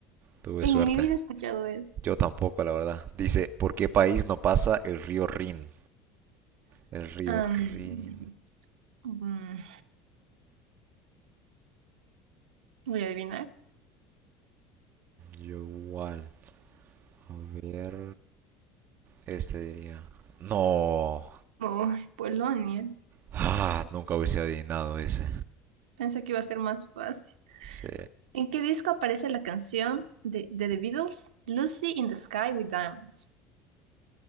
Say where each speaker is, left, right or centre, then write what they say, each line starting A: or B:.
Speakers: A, on the right (about 40°); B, on the right (about 70°).
A: Tuve
B: En
A: suerte.
B: mi vida he escuchado eso.
A: Yo tampoco, la verdad. Dice, ¿por qué país no pasa el río Rin? El río
B: Am,
A: Rin.
B: mm, voy a adivinar.
A: Yo igual. A ver. Este diría. No.
B: Oh, Polonia.
A: Ah, nunca hubiese adivinado ese.
B: Pensé que iba a ser más fácil.
A: Sí.
B: ¿En qué disco aparece la canción de, de The Beatles, Lucy in the Sky with Diamonds?